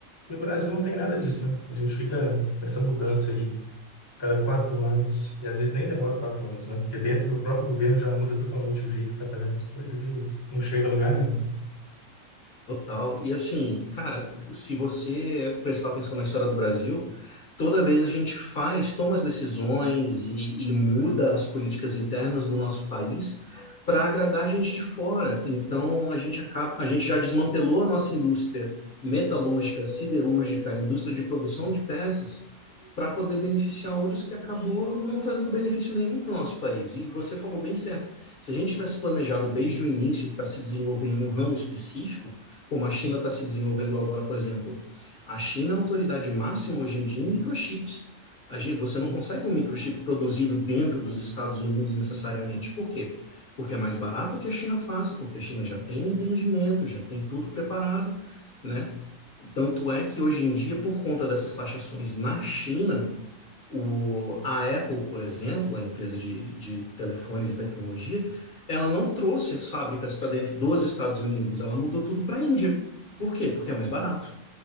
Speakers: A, on the left; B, on the left.
A: E o Brasil não tem nada disso, né? A gente fica nessa mudança aí cada quatro anos, e às vezes nem demora quatro anos, né? Porque dentro do próprio governo já muda totalmente o jeito que tá fazendo as coisas e não chega a lugar nenhum.
B: Total. E assim, cara, se você prestar atenção na história do Brasil, toda vez a gente faz, toma as decisões e, e muda as políticas internas do nosso país para agradar a gente de fora. Então a gente acaba, a gente já desmantelou a nossa indústria metalúrgica, siderúrgica, a indústria de produção de peças para poder beneficiar outros que acabou não trazendo benefício nenhum para o nosso país. E você falou bem certo. Se a gente tivesse planejado desde o início para se desenvolver em um ramo específico, como a China está se desenvolvendo agora, por exemplo, a China é a autoridade máxima hoje em dia em microchips. A gente, você
A: Sim.
B: não consegue um microchip produzido dentro dos Estados Unidos necessariamente. Por quê? Porque é mais barato que a China faça, porque a China já tem o entendimento, já tem tudo preparado, né? Tanto é que hoje em dia, por conta dessas taxações na China, o, a Apple, por exemplo, a empresa de, de telefones e tecnologia, ela não trouxe as fábricas para dentro dos Estados Unidos, ela mudou tudo para a Índia. Por quê? Porque é mais barato